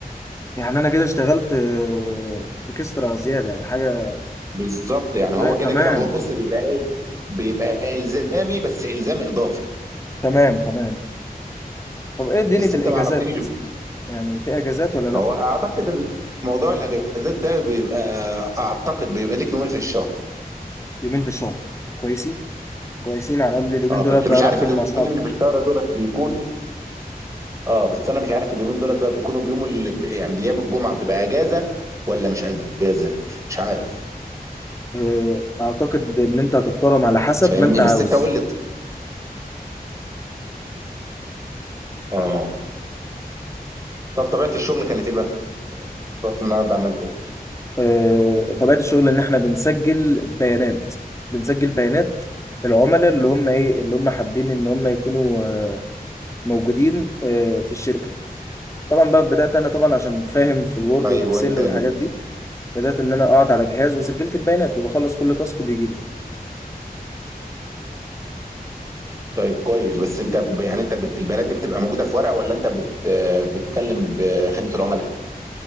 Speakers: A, on the left (about 20°); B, on the right (about 20°).
A: يعني انا كده اشتغلت آه، اكسترا زياده يعني حاجه
B: بالظبط يعني هو
A: لا تمام
B: كده كده هو بص بيبقى بيبقى الزامي بس الزامي اضافي
A: تمام تمام طب ايه دنيا
B: بس
A: الاجازات
B: انت ما عرفتنيش
A: يعني في اجازات ولا لا
B: هو اعتقد موضوع الاجازات ده بيبقى اعتقد بيبقى ليك يومين في الشهر
A: يومين في الشهر كويسين كويسين على الاقل اليومين
B: اه
A: دول
B: بس
A: ابدا
B: مش
A: اروح
B: عارف
A: فيهم
B: اليومين
A: مع اصحابي
B: اللي في الشهر دولت بيكون اه بس انا مش عارف اليومين دولت بقى بيكونوا بيوم اللي يعني ايام الجمعه بتبقى اجازه ولا مش اجازه مش عارف
A: آه، اعتقد ان انت هتختارهم على حسب
B: فاهمني
A: ما انت عاوز
B: بس انت قول لي اه طب طبيعه الشغل كانت ايه بقى؟ رحت النهارده عملت ايه؟
A: آه، طبيعة الشغل ان احنا بنسجل بيانات بنسجل بيانات العملاء اللي هم ايه اللي هم حابين ان هم يكونوا آه، موجودين آه، في الشركة طبعا بقى بدأت انا طبعا عشان فاهم في الوورد
B: طيب
A: والاكسل
B: وانت
A: والحاجات
B: ال-
A: دي بدأت ان انا اقعد على جهاز وسجلت البيانات وبخلص كل تاسك بيجي لي
B: طيب كويس بس انت ب... يعني انت بت... البيانات دي بتبقى موجوده في ورق ولا انت بت... آه، بتكلم بخدمه العملاء؟